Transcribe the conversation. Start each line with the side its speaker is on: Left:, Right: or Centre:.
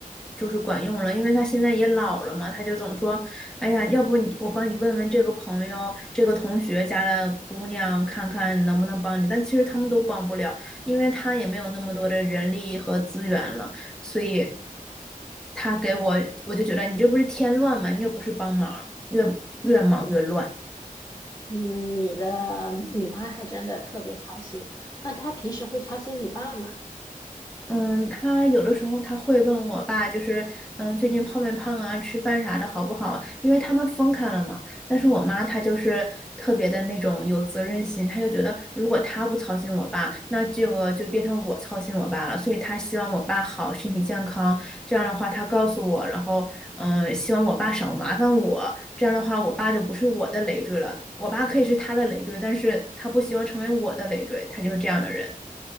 Centre: 就是管用了，因为她现在也老了嘛，她就总说，哎呀，要不你我帮你问问这个朋友、这个同学家的姑娘，看看能不能帮你，但其实他们都帮不了，因为她也没有那么多的人力和资源了。所以他给我，我就觉得你这不是添乱吗？你又不是帮忙，越越忙越乱。
Left: 嗯，你的你妈还真的特别操心，那她平时会操心你爸吗？
Centre: 嗯，他有的时候他会问我爸，就是嗯，最近胖没胖啊，吃饭啥的好不好？因为他们分开了嘛。但是我妈她就是特别的那种有责任心，她就觉得如果她不操心我爸，那这个就变成我操心我爸了。所以她希望我爸好，身体健康。这样的话，她告诉我，然后嗯，希望我爸少麻烦我。这样的话，我爸就不是我的累赘了。我爸可以是他的累赘，但是他不希望成为我的累赘，他就是这样的人。